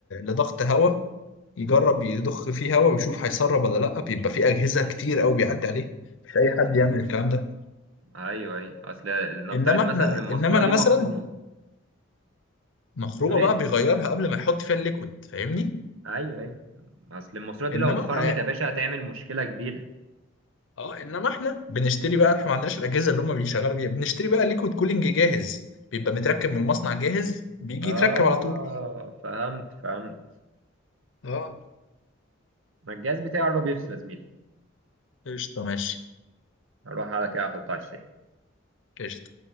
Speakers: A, on the left; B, on the right.
A: لضغط هواء يجرب يضخ فيه هواء ويشوف هيسرب ولا لا بيبقى فيه اجهزه كتير قوي بيعدي عليه مش اي حد يعمل الكلام ده
B: ايوه ايوه اصل نفترض
A: انما
B: مثلا
A: احنا
B: إن الماسوره
A: انما انا
B: دي
A: مثلا
B: مخرومه
A: مخرومه
B: بتقول
A: بقى
B: ايه
A: بيغيرها قبل ما يحط فيها الليكويد فاهمني
B: ايوه ايوه اصل الماسوره دي
A: انما
B: لو اتخرمت يا باشا هتعمل مشكله كبيره
A: اه انما احنا بنشتري بقى احنا ما عندناش الاجهزه اللي هم بيشغلوا بيها بنشتري بقى ليكويد كولينج جاهز بيبقى متركب
B: ف-
A: من المصنع جاهز بيجي
B: اه
A: يتركب على طول
B: فهمت فهمت
A: اه
B: ما الجهاز بتاعي قرب يفصل يا زميلي
A: قشطه ماشي
B: اروح على كده احطه على الشاحن
A: قشطه